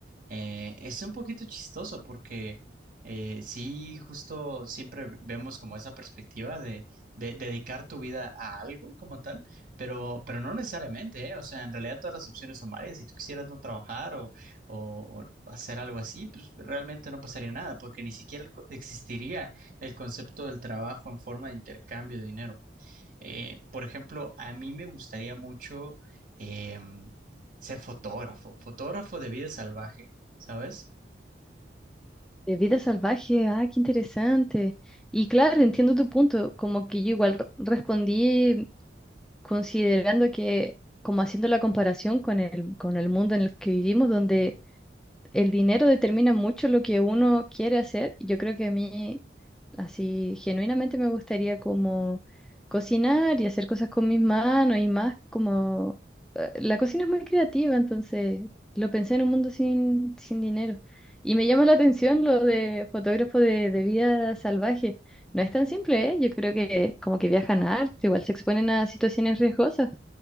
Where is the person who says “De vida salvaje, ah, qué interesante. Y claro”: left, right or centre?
Centre